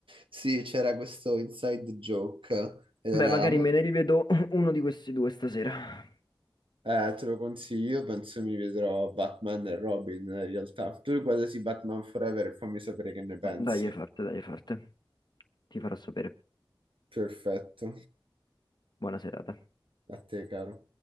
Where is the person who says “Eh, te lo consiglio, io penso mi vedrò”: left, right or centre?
Right